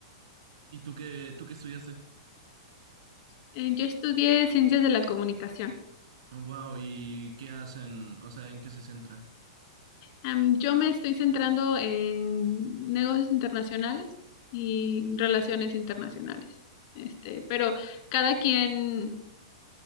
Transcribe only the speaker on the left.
Eh, yo estudié ciencias de la comunicación.
Am, yo me estoy centrando en negocios internacionales y relaciones internacionales. Este, pero cada quien